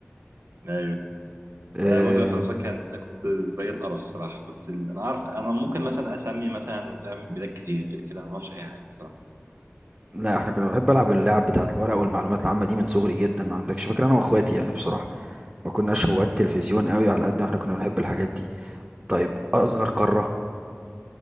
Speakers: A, on the right; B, on the right.
A: أيوه
B: آه
A: أنا برضو في الدراسات كان كنت زي القرف الصراحة بس ال- أنا عارف أنا ممكن مثلا أسمي مثلا فاهم بلاد كتير غير كده ما أعرفش أي حاجة الصراحة
B: لا احنا كنا بنحب ألعب اللعب بتاعت الورق والمعلومات العامة دي من صغري جدا ما عندكش فكرة أنا وأخواتي يعني بصراحة ما كناش
A: مم.
B: هواة تلفزيون قوي على قد ما احنا كنا بنحب الحاجات دي طيب أصغر قارة